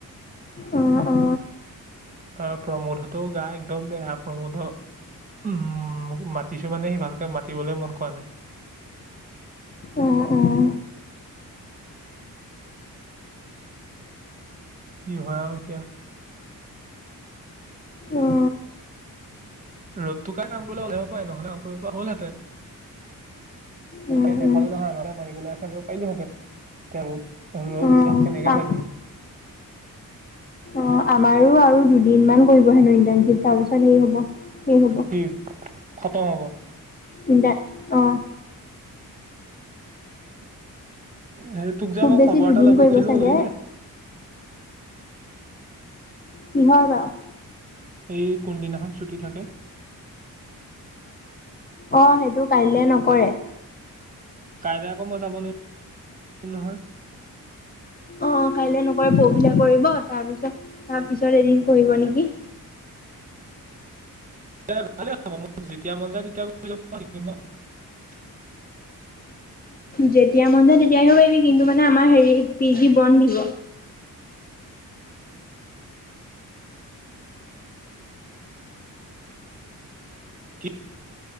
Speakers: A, on the left; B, on the right.
A: অ অ।
B: তাৰপা প্ৰমোদ হতেও গা একদম বেয়া প্ৰমোদ। উম মাতিছো মানে সি ভালকে মাতিবলৈ মন কৰা নাই।
A: অহ অঁহ।
B: কি হয় আৰু এতিয়া।
A: অ',
B: ৰ'দত কাই কাম কৰিলে ওলাব পাৰে নহ'লে কাম কৰিব হলহেঁতেন। সফালে
A: উম, উম,
B: <unintelligible> নহয় আমাকে মাৰিব আছে পাৰিলোহঁতেন, ৰ'দ
A: অ',
B: ৰ'দ, কেনেকে
A: তাক
B: যাবি।
A: অ আমাৰো আৰু দুদিনমান কৰিব হেনো ইণ্টাৰণশ্বিপ। তাৰপিছত সেই হব শেষ হব।
B: কি খতম হ'ব।
A: ইণ্টাৰ অ',
B: হে তোক যে
A: খুব
B: মই
A: বেছি
B: খবৰ
A: দুদিন
B: এটা ল'ব
A: কৰিব
B: কৈছিলো
A: চাগে
B: ললি নে?
A: কিহৰ বাৰু?
B: এই কোনদিনাখন ছুটি থাকে।
A: অ সেইটো কাইলে নকৰে।
B: কাইলৈ আকৌ মই যাব নোৱাৰো নহয়।
A: অ' কাইলৈ নকৰে, পৰশিলে কৰিব, তাৰ পিছত, তাৰ <inaudible>
B: ভালে হ'ব, মোৰ যেতিয়া মন যায়, তেতিয়া <unintelligible>
A: যেতিয়া মন যায় তেতিয়া আহিব পাৰিবি কিন্তু মানে আমাৰ হেৰি, পি জি বন্ধ দিব। <inaudible>
B: কি